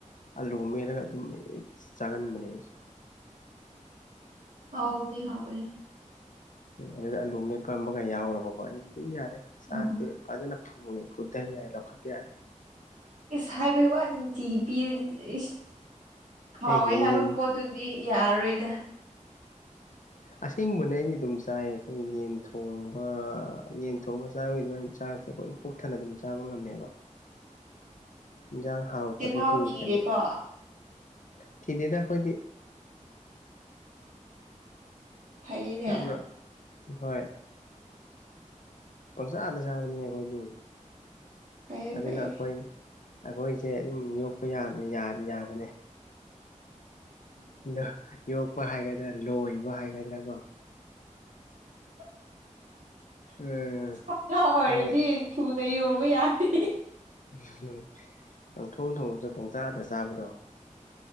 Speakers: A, on the left; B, on the right.
A: ꯑꯂꯨ ꯃꯦꯜꯂꯒ ꯑꯗꯨꯝ ꯆꯥꯒꯟꯕꯅꯦ ꯑꯩꯁꯦ꯫
B: ꯍꯥꯎꯕꯅꯦ ꯍꯥꯎꯕꯅꯦ
A: ꯎꯝ ꯑꯗꯨꯗ ꯑꯂꯨ ꯃꯦꯠꯄ ꯑꯃꯒ ꯌꯥꯎꯔꯕꯀꯣ ꯑꯩꯗꯤ ꯑꯗꯨꯝ ꯌꯥꯔꯦ ꯆꯥꯛꯇꯤ
B: ꯎꯝ ꯎꯝ
A: ꯐꯖꯅ ꯊ ꯐꯨꯔꯗꯥ ꯌꯥꯔꯦ ꯂꯧꯈꯠꯄ ꯌꯥꯔꯦ <inaudible>
B: ꯏꯁ ꯍꯥꯏꯕꯩ ꯋꯥꯅꯤ ꯅꯨꯡꯇꯤꯒꯤ ꯄꯤꯔꯗꯤ ꯏꯁ ꯍꯥꯎꯋꯦ
A: ꯑꯦ ꯌꯦꯟ
B: ꯍꯥꯏꯕ ꯄꯣꯠꯇꯨꯗꯤ ꯌꯥꯔꯔꯣꯏꯗ
A: ꯑꯁꯦꯡꯕꯅꯦ ꯑꯩꯗꯤ ꯑꯗꯨꯝ ꯆꯥꯏ ꯑꯩꯈꯣꯏ ꯌꯦꯟ ꯊꯣꯡꯕ꯫ ꯌꯦꯟ ꯊꯣꯡꯕ ꯆꯥꯕꯒꯤ ꯑꯗꯨꯃꯥꯏꯅ ꯆꯥꯁꯦ ꯑꯩꯈꯣꯏ ꯄꯨꯛ ꯊꯟꯅ ꯑꯗꯨꯝ ꯆꯥꯕ ꯉꯝꯃꯦꯕ ꯏꯟꯖꯥꯡ ꯍꯥꯎꯇꯕꯒꯤ
B: ꯆꯤꯜꯍꯥꯎ ꯊꯤꯔꯦꯀꯣ
A: ꯀꯩꯅꯣ ꯊꯤꯗꯦꯗ ꯑꯩꯈꯣꯏꯗꯤ꯫
B: ꯐꯩꯅꯦ
A: ꯇꯥꯕ꯭ꯔꯣ ꯍꯣꯏ ꯄꯪꯆꯥꯗ ꯆꯥꯕꯅꯤ ꯑꯩꯈꯣꯏꯗꯤ
B: ꯐꯩꯌꯦ
A: ꯑꯗꯨꯅ
B: ꯐꯩꯌꯦ
A: ꯑꯈꯣꯏ ꯑꯈꯣꯏꯁꯦ ꯑꯗꯨꯝ ꯌꯣꯛꯄ ꯌꯥ ꯌꯥꯕꯅꯦ ꯑꯗꯣ ꯌꯣꯛꯄ ꯍꯥꯏꯒꯗ꯭ꯔꯥ ꯂꯣꯏꯕ ꯍꯥꯏꯒꯗ꯭ꯔꯥ ꯀꯣ꯫
B: <unintelligible>
A: ꯎꯝ
B: ꯁꯥ ꯉꯥ ꯑꯣꯏꯔꯗꯤ
A: ꯅꯪ
B: ꯊꯨꯅ ꯌꯣꯟꯕ ꯌꯥꯔꯅꯤ
A: ꯎꯝ ꯄꯪꯊꯣꯡ ꯊꯣꯡꯉꯖꯨ ꯄꯨꯡꯆꯥꯥꯗ ꯆꯥꯕꯗꯣ